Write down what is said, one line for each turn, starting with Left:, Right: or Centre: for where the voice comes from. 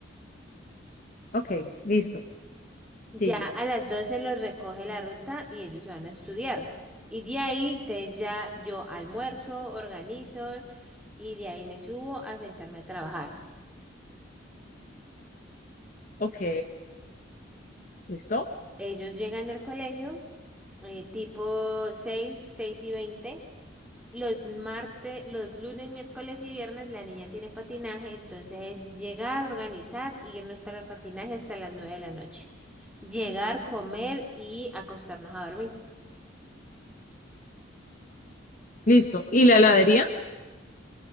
Left: Ok, listo.
Centre: Ya
Left: Sigue.
Centre: a las 12 los recoge la ruta y ellos se van a estudiar. Y de ahí, entonces ya yo almuerzo, organizo y de ahí me subo a sentarme a trabajar.
Left: Ok, listo.
Centre: Ellos llegan del colegio. eh, tipo seis seis y veinte Los martes, los lunes, miércoles y viernes la niña tiene patinaje, entonces es llegar, organizar, irnos para el patinaje hasta las 9 de la noche. Llegar, comer y acostarnos a dormir.
Left: Listo. ¿Y la heladería?